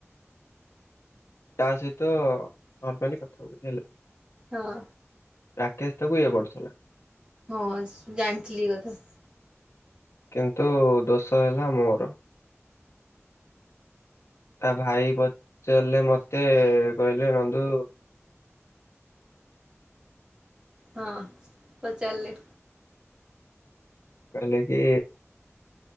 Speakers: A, on the left; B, on the right.
A: ତା ସହିତ କଂପାନୀ କଥା ହୁଏ ହେଲା।
B: ହଁ।
A: ରାକେଶ ତାକୁ ଇଏ କରୁଥିଲା।
B: ହଁ ସ ଜାଣିଥିଲି ଏ କଥା।
A: କିନ୍ତୁ ଦୋଷ ହେଲା ମୋର। ତା ଭାଇ ପଚାରିଲେ ମତେ କହିଲେ ନନ୍ଦୁ
B: ହଁ ପଚାରିଲେ।
A: କହିଲେ କି